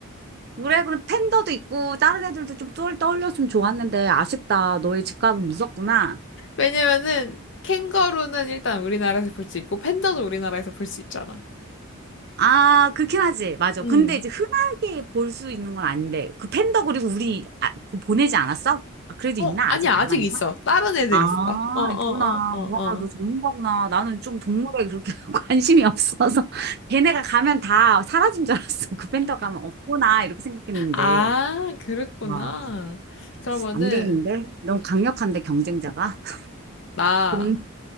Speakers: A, on the right; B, on the left.
A: 그래, 그래. 팬더도 있고, 다른 애들도 좀 떠- 떠올렸으면 좋았는데, 아쉽다. 너의 집값은 무섭구나.
B: 왜냐면은 캥거루는 일단 우리나라에서 볼 수 있고 팬더도 우리나라에서 볼 수 있잖아.
A: 아, 그렇긴 하지. 맞아.
B: 응.
A: 근데 이제 흔하게 볼 수 있는 건 아닌데, 그 팬더 그리고 우리, 아, 그 보내지 않았어? 아, 그래도
B: 어,
A: 있나?
B: 아니
A: 아직
B: 아직
A: 남아있나?
B: 있어. 다른 애들
A: 아,
B: 있어. 어, 어, 어,
A: 있구나.
B: 어,
A: 와,
B: 어.
A: 너 전문가구나. 나는 좀 동물에 그렇게 <laughs> 관심이 없어서. 걔네가 가면 다 사라진 줄 알았어. 그 팬더 가면 없구나. 이렇게 생각했는데.
B: 아, 그랬구나.
A: 와,
B: 그러면은
A: 안 되겠는데? 너무 강력한데, 경쟁자가. <laughs>
B: 나
A: 동,